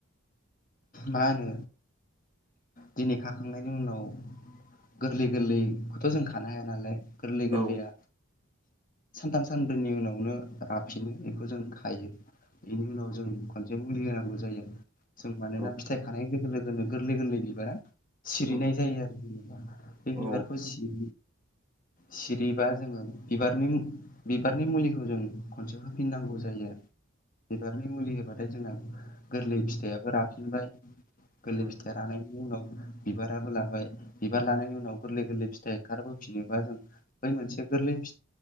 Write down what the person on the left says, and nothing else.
मा होनो दिनै खाखांनायनि उनाव गोरलै गोरलैखौथ' जों खानो हाया नालाय। गोरलै गोरलैया
सानथाम सानब्रैनि उनाव नो राफिनो बेखौ जों खायो बेनि उनाव जों खनसे मुलि होनांगौ जायो जों मानोना
फिथाइ खानाय लोगो लोगोनो गोरलै गोरलै बिबारा सिरिनाय
जायो आरो जबा बे
बिबारखौ सि सिरिबा जोङो बिबारनि बिबारनि मुलिखो जों खनसे होफिननांगौ
जायो आरो। बिबारनि मुलि होबाथाय जोंना गोरलै फिथाइाबो राफिनबाय। गोरलै
फिथाइया रानायनि उनाव बिबाराबो लाबाय। बिबार लानायनि उनाव गोरलै गोरलै फिथाइ ओंखारबोफियोबा जों बै मोनसे गोरलै फि